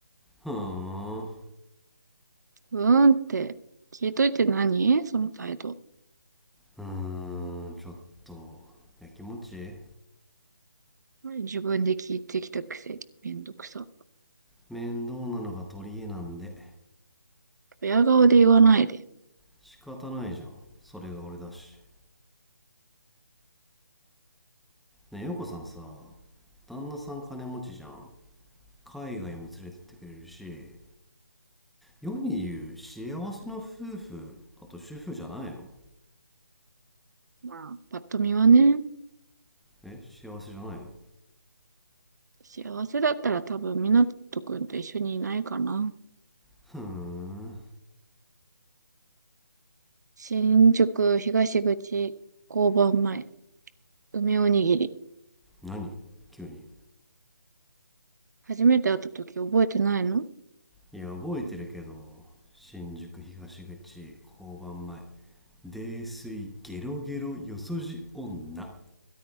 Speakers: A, in the centre; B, on the right.
A: ふーんう
B: うーんって、聞いといて何その態度。
A: ーんちょっとやきもち
B: 自分で聞いてきたくせにめんどくさ。
A: 面倒なのが取り柄なんで
B: 親顔で言わないで。
A: 仕方ないじゃんそれが俺だしねえ陽子さんさ旦那さん金持ちじゃん海外も連れてってくれるし世に言う幸せな夫婦あと主婦じゃないの
B: まあ、パッと見はね。
A: え幸せじゃないの
B: 幸せだったら多分、みなとくんと一緒にいないかな。
A: ふーん
B: 新宿東口交番前、梅おにぎり。
A: 何急に
B: 初めて会った時覚えてないの
A: いや覚えてるけど新宿東口交番前泥酔ゲロゲロよそじ女